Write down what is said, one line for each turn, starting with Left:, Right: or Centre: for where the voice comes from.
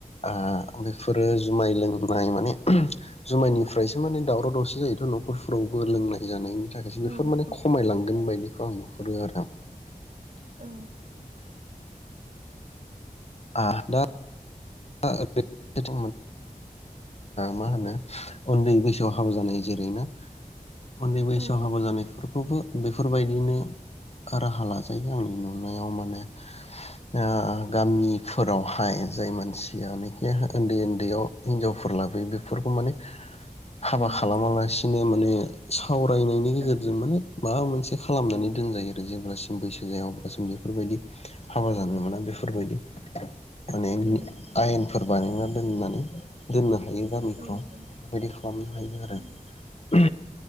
Left: ओ। बेफोरो जुमाय लोंनाय माने जुमायनिफ्रायसो माने दावराव दावसि जायोथ नखर फोरावबो लोंनाय जानायनि थाखायसो बेफोर
Right: औ औ
Left: माने खमायलांदों बायदि। <unintelligible>
Right: औ।
Left: आ दा। <inaudible> मा होनो उन्दै बैसोआव हाबा जानाय जेरैना उन्दै बैसोआव
Right: औ
Left: हाबा
Right: उम
Left: जानायफोरखौबो बेफोरबायदिनो राहा लाजायो आंनि नुनायाव माने ओ गामि फोरावहाय जाय मोनसि जायनाखि उन्दै उन्दैयाव हिनजावफोर लाबोयो बेफोरखौ माने हाबा
Right: उम
Left: खालामालासिनो
Right: उम
Left: माने सावरायनायनि गेजेरजों
Right: औ
Left: माने माबा मोनसे खालामनानै
Right: औ
Left: दोनजायो आरो जेनेबा बैसो जाया अब्ला जों बेफोरबायदि हाबा जानो मोना बेफोरबायदि माने
Right: औ
Left: आयेनफोर बानायना दोननानै दोनो हायो गामिफ्राव
Right: औ उम
Left: बेफोरबायदि
Right: उम
Left: खालामनो हायो आरो
Right: उम